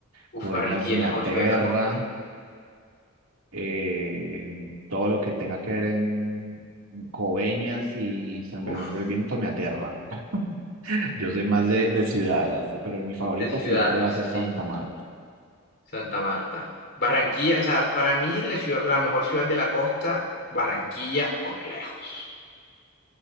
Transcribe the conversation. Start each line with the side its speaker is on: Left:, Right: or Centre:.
Left: Uf,
Right: Cueñas
Left: Barranquilla
Right: me
Left: es la
Right: aterra.
Left: mejor ciudad de la costa.
Right: eh, todo lo que tenga que ver en Coveñas y San
Left: Uf,
Right: Bernardo del Viento me aterran. <laughs> Yo soy más de, de ciudad, así, pero mi favorita
Left: de ciudades,
Right: siempre va a ser
Left: sí.
Right: Santa Marta,
Left: Santa Marta. Barranquilla, o sea, para mí la ciudad- la mejor ciudad de la costa, Barranquilla por lejos,